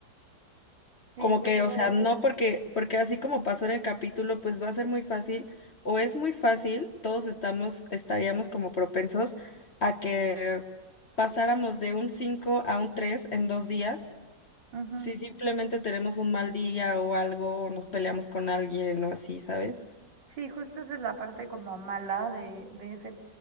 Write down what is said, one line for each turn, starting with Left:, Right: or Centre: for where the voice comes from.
Right: Sí,
Left: como
Right: justo.
Left: que, o sea, no porque, porque así como pasó en el capítulo, pues va a ser muy fácil, o es muy fácil, todos estamos, estaríamos como propensos a que pasáramos de un 5 a un 3 en dos días,
Right: ujú.
Left: si simplemente tenemos un mal día o algo, o nos peleamos con alguien o así, ¿sabes?
Right: Sí, justo esa es la parte como mala de, de ese